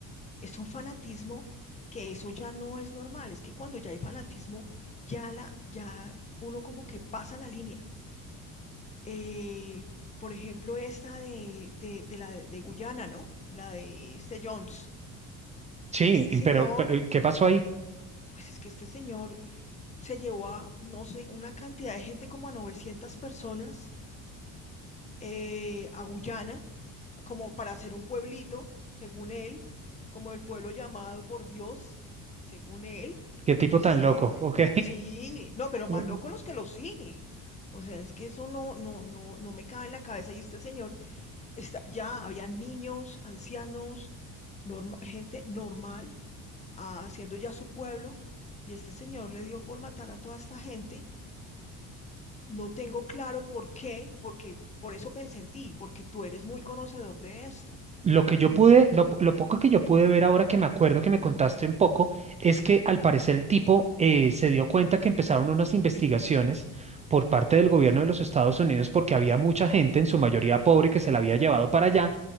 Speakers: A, on the left; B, on the right.
A: Es un fanatismo que eso ya no es normal. Es que cuando ya hay fanatismo, ya la, ya uno como que pasa la línea. Eh, por ejemplo, esta de, de, de la de Guyana, ¿no? La de este Jones.
B: Sí,
A: Este
B: y
A: señor,
B: pero, pero ¿y ¿qué pasó ahí?
A: pues es que este señor se llevó a, no sé, una cantidad de gente como a 900 personas eh, a Guyana, como para hacer un pueblito, según él, como el pueblo llamado por Dios, según él,
B: ¿Qué tipo
A: pues
B: tan
A: esta
B: loco?
A: gente,
B: Ok.
A: sí, no, pero
B: <laughs>
A: más locos los que lo siguen. O sea, es que eso no, no, no, no me cabe en la cabeza. Y este señor, está, ya había niños, ancianos, norma- gente normal, ah, haciendo ya su pueblo, y este señor le dio por matar a toda esta gente no tengo claro por qué, porque por eso pensé en ti, porque tú eres muy conocedor de esto.
B: Lo que yo
A: Tú
B: pude,
A: tienes...
B: lo, lo poco que yo pude ver ahora que me acuerdo que me contaste un poco, es que al parecer el tipo eh, se dio cuenta que empezaron unas investigaciones por parte del gobierno
A: Sí,
B: de los Estados Unidos porque había mucha gente, en su mayoría pobre, que se la había llevado para allá